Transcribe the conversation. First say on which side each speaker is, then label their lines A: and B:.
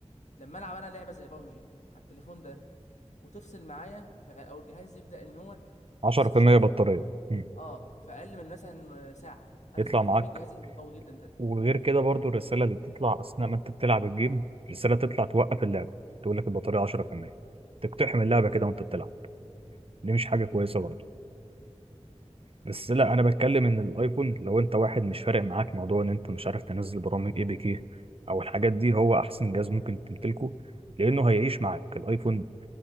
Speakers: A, on the left (about 80°); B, on the right (about 50°).
A: لما العب انا لعبه زي بابجي على التليفون ده وتفصل معايا ف- او الجهاز يبدا ان هو
B: 10%
A: يفصل شحن
B: بطاريه مم.
A: اه في اقل من مثلا آه، ساعه انا
B: يطلع
A: استفدت
B: معاك
A: ايه بالجهاز اللي قوي جدا ده
B: وغير كده برضو الرسالة اللي بتطلع أثناء ما أنت بتلعب الجيم الرسالة تطلع توقف اللعبة تقول لك البطارية 10% تقتحم اللعبة كده وأنت بتلعب دي مش حاجة كويسة
A: امم
B: برضو بس لا أنا بتكلم إن الأيفون لو أنت واحد مش فارق معاك موضوع إن أنت مش عارف تنزل برامج اي بي كي أو الحاجات دي هو أحسن جهاز ممكن تمتلكه لأنه هيعيش معاك الأيفون